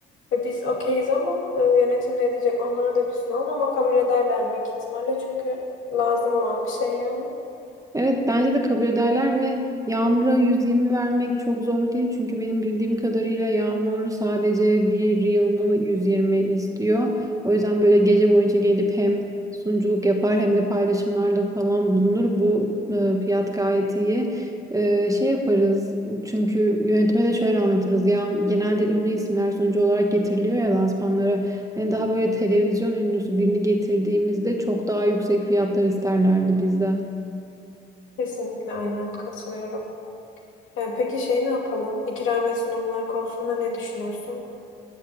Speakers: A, on the left; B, on the right.
A: e, biz okeyiz ama e, yönetim ne diyecek onlara da bir sunalım ama kabul ederler büyük ihtimalle çünkü lazım olan bir şey yani.
B: Evet bence de kabul ederler ve yağmura 120 vermek çok zor değil. Çünkü benim bildiğim kadarıyla yağmur sadece bir yılını 120 istiyor. O yüzden böyle gece boyunca gelip hem sunuculuk yapar hem de paylaşımlarda falan bulunur. Bu e, fiyat gayet iyi. E, şey yaparız çünkü yönetime de şöyle anlatırız. Ya genelde ünlü isimler sunucu olarak getiriliyor ya lansmanlara. Hani daha böyle televizyon ünlüsü birini getirdiğimizde çok daha yüksek fiyatlar isterlerdi bizden.
A: Kesinlikle aynen katılıyorum. E, peki şey ne yapalım? İkram ve sunumlar konusunda ne düşünüyorsun?